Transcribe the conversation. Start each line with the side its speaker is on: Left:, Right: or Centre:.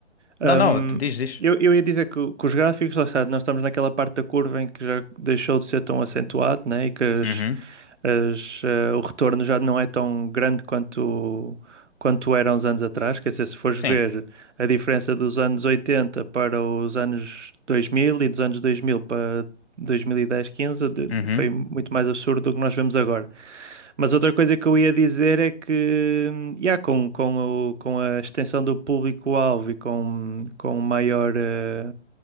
Right: Um,
Left: Não, não, diz, diz.
Right: eu, eu ia dizer que, o- que os gráficos, lá está, nós estamos naquela parte da curva em que já deixou de ser tão acentuado, né? E que as-
Left: Uhum.
Right: as, eh, o retorno já não é tão grande quanto, quanto era uns anos atrás. Quer dizer, se fores
Left: Sim.
Right: ver a diferença dos anos 80 para os anos 2000 e dos anos 2000 para 2010, 15, de- de-
Left: Uhum.
Right: foi muito mais absurdo do que nós vemos agora. Mas outra coisa que eu ia dizer é que, hum, yeah, com, com, o- com a extensão do público-alvo e com, com o maior, eh,